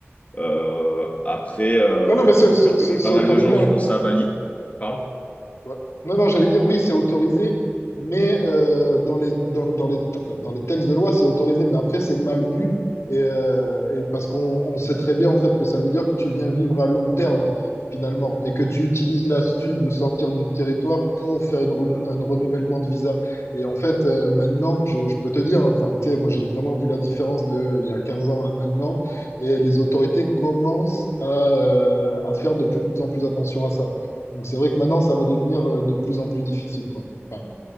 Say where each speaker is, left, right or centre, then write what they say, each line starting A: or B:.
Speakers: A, on the left (about 30°); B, on the left (about 80°).
A: Euh, après, euh,
B: Non, non, mais c'est c'est-
A: je connais
B: c'est-
A: pas
B: c'est autorisé,
A: mal de gens qui
B: hein,
A: font
B: tout.
A: ça à Bali. Pardon?
B: Ouais. Non, non, j'allais dire oui, c'est autorisé, mais euh, dans les, dans, dans les, enfin, dans les textes de loi, c'est autorisé, mais après, c'est mal vu. Et, euh, et parce qu'on on sait très bien, en fait, que ça veut dire que tu viens vivre à long terme, finalement, et que tu utilises l'astuce de sortir du territoire pour faire une renou- un renouvellement de visa. Et en fait, euh, maintenant, je, je peux te dire, hein, enfin, tu sais, moi, j'ai vraiment vu la différence de il y a 15 ans à maintenant, et les autorités commencent à, euh, à faire de plus en plus attention à ça. Donc c'est vrai que maintenant, ça va devenir euh, de plus en plus difficile, quoi. Enfin,